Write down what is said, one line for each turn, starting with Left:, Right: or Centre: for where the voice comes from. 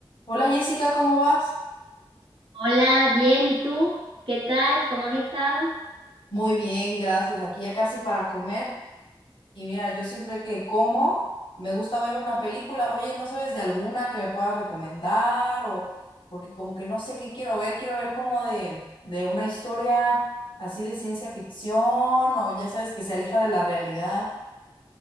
Left: Hola Jessica, ¿cómo vas?
Right: Hola, bien, ¿y tú? ¿Qué tal? ¿Cómo has estado?
Left: Muy bien, gracias. Aquí ya casi para comer. Y mira, yo siempre que como, me gusta ver una película. Oye, ¿no sabes de alguna que me puedas recomendar? O porque como que no sé qué quiero ver, quiero ver como de, de una historia así de ciencia ficción o ya sabes que se aleja de la realidad.